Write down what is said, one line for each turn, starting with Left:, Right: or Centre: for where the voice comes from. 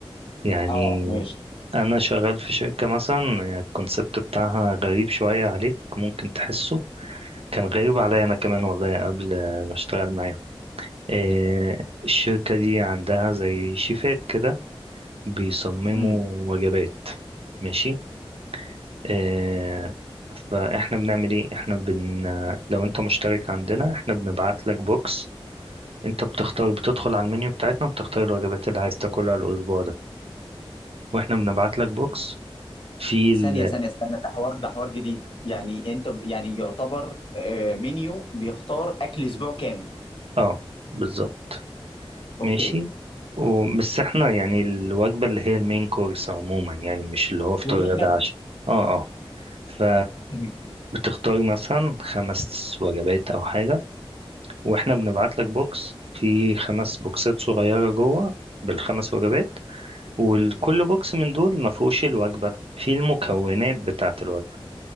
Right: يعني
Left: اه ماشي
Right: انا شغال في شركة مثلا يعني الكونسبت بتاعها غريب شوية عليك ممكن تحسه كان غريب عليا انا كمان والله قبل ما اشتغل معاهم إيه، الشركة دي عندها زي شيفات كده بيصمموا
Left: امم
Right: وجبات ماشي إيه، فاحنا بنعمل ايه احنا بن لو انت مشترك عندنا احنا بنبعت لك بوكس انت بتختار بتدخل على المنيو بتاعتنا بتختار الوجبات اللي عايز تاكلها الاسبوع ده واحنا بنبعت لك بوكس في
Left: ثانية
Right: ال...
Left: ثانية استنى ده حوار ده حوار جديد يعني انت ب- يعني يعتبر آه، منيو بيختار اكل اسبوع كامل
Right: اه بالظبط
Left: اوكي
Right: ماشي و- بس احنا يعني الوجبة اللي هي المين كورس عموما يعني مش اللي هو فطار
Left: اللي هي
Right: غدا
Left: غدا
Right: عشاء اه اه ف
Left: تمام.
Right: بتختار مثلا خمس وجبات او حاجة واحنا بنبعت لك بوكس في خمس بوكسات صغيرة جوه بالخمس وجبات وكل بوكس من دول ما فيهوش الوجبة في المكونات بتاعة الوجبة